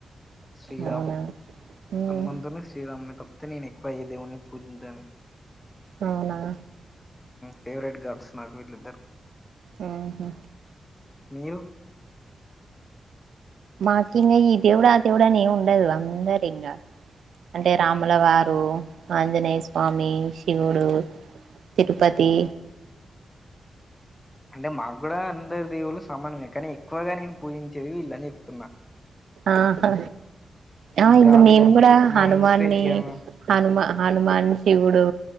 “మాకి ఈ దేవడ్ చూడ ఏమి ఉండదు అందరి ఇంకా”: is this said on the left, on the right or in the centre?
Right